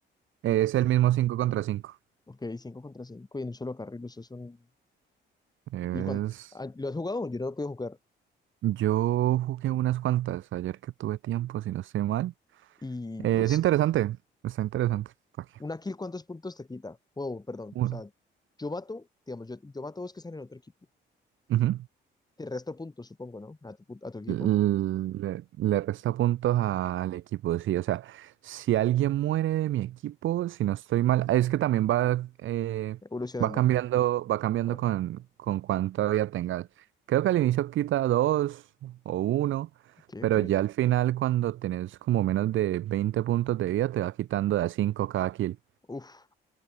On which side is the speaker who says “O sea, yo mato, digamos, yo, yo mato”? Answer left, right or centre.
Left